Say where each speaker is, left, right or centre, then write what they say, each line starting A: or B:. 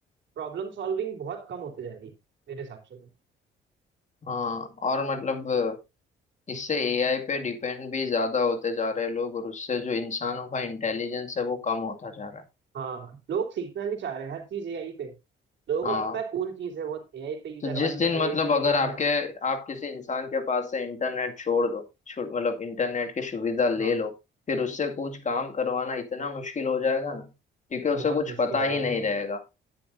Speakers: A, on the right; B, on the left.
A: प्रॉब्लम सॉल्विंग बहुत कम होती जा रही है मेरे हिसाब से तो
B: हाँ और मतलब इससे एआई पे डिपेंड भी ज्यादा होते जा रहे हैं लोग और उससे जो इंसानों का इंटेलिजेंस है वो कम होता जा रहा है
A: हाँ लोग सीखना नहीं चाह रहे हैं, हर चीज एआई पे लोगों
B: हाँ
A: को लगता है कूल चीज है बहुत एआई पे ये
B: तो
A: करवा
B: जिस
A: लिया
B: दिन
A: एआई
B: मतलब
A: से ये
B: अगर
A: लिखवा
B: आपके
A: लिया
B: आप किसी इंसान के पास से इंटरनेट छोड़ दो छो- मतलब इंटरनेट की सुविधा ले
A: हाँ
B: लो फिर उससे कुछ काम करवाना इतना मुश्किल हो जाएगा ना क्योंकि उसे
A: बहुत
B: कुछ
A: मुश्किल
B: पता
A: हो
B: ही
A: जाएगा
B: नहीं रहेगा